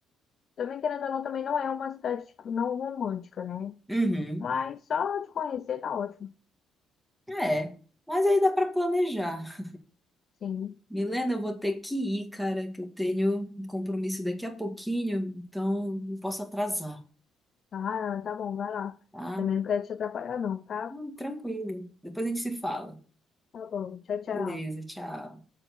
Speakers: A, on the left (about 50°); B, in the centre.
A: também querendo ou não, também não é uma cidade, tipo, não romântica, né?
B: Uhum.
A: Mas só de conhecer tá ótimo.
B: É, mas aí dá pra planejar.
A: Sim.
B: Milena, eu vou ter que ir, cara, que eu tenho um compromisso daqui a pouquinho, então não posso atrasar,
A: Ah, tá bom, vai lá.
B: tá?
A: Também não quero te atrapalhar, não, tá?
B: Hum, tranquilo. Depois a gente se fala.
A: Tá bom, tchau, tchau.
B: Beleza, tchau.